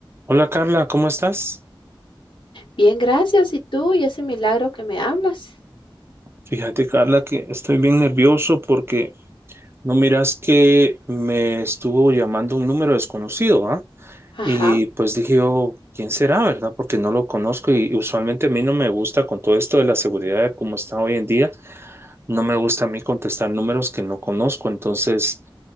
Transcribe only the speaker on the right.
Hola Carla, ¿cómo estás?
Fíjate Carla que estoy bien nervioso porque no miras que me estuvo llamando un número desconocido, ¿ah?
Y pues dije yo, ¿quién será, verdad? Porque no lo conozco y usualmente a mí no me gusta con todo esto de la seguridad como está hoy en día, no me gusta a mí contestar números que no conozco, entonces